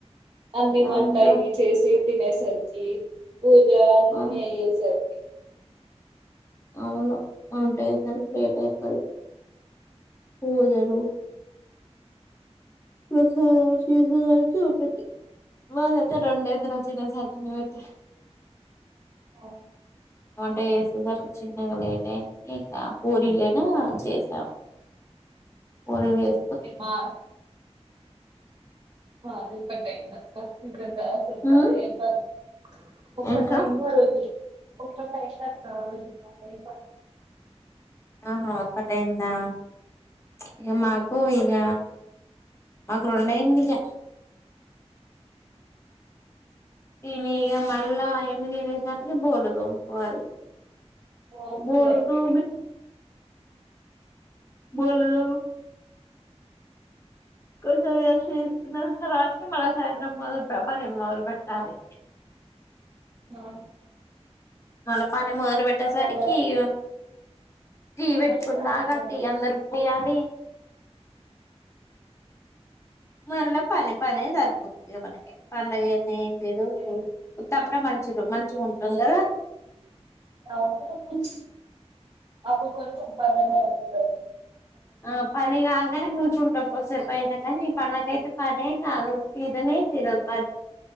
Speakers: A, on the right; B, on the left.
A: అన్ని
B: అవునురా
A: వంటయ్యి చేసి తినేసరికి పూజ అన్ని
B: ఆ
A: అయ్యేసరికి
B: అవును వంటయేసరికి లేట్ అయితది పూజలు ప్రసాదాలు చేసేసరికి ఒకటి ఆ అదైతే రెండు అయిద్ది నువు తినేసరికి నువ్వు అయితే
A: ఆ
B: వంట చేసేసరికి చిన్నగా లేట్ అయింది. ఇకా పూరీలైనా చేసాం. పూరీల్ చేస్
A: మా ఆ అదే కట్టయిందక్క ఇంకుంద
B: ఉమ్
A: <unintelligible> ఒక్కటయింది
B: ఏంట్రా
A: ఆరోజు ఒక్కటయిందక్క వెయ్యి రూపాలు
B: ఆహా ఒక్కటైందా ఇగ మాకు ఇగ మాకు రెండు అయింది ఇగ తిని ఇగ మళ్ళా అయన్ని తినేసరికి బోల్లు తోముకోవాలి
A: ఓ ఫుల్
B: బోళ్లు
A: అయిపోయింది
B: తోమి బోళ్ళు కొంచెం రెస్ట్ తీసుకునే తర్వాతకి మళ్ళీ సాయంత్రం మొద పని మొదలు పెట్టాలి.
A: ఆ
B: మళ్ళ పని మొదలు పెట్టేసరికి
A: మళ్ళా
B: ఇగ టీ పెట్టుకున్నాగా
A: మళ్ళీ సాయంత్రం
B: టీ అందరికీ పోయాలి మళ్ళ పని పనే సరి తుంది ఇగ మనకి పండగయితే ఏం
A: అయింది
B: లేదు ఉత్తప్పుడే మంచి చిరు మంచిగుంటాం కదా
A: అవును అప్పుడు కొంచం పనన్న తగ్గుతది
B: ఆ పని గాంగనే కూర్చుంటాం కొసేప్ పోయినా కానీ మనకైతే పనే కాదు తీరనే తీరదు పని